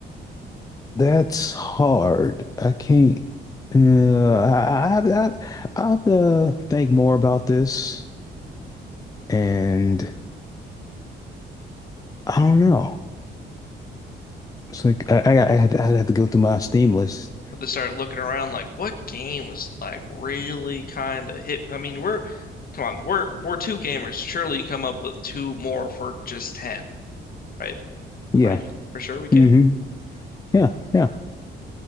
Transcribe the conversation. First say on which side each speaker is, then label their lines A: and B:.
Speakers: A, on the left (about 20°); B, on the left (about 45°).
A: That's hard. I can't. Uh, I, I have I, I have to think more about this, and I don't know. It's like I I, I had I'd have to go through my Steam list.
B: But they started looking around like, what game was like really kind of hit? I mean, we're, come on, we're we're two gamers. Surely you can come up with two more for just ten, right?
A: Yeah.
B: Right? For sure we can.
A: hmm Yeah. Yeah.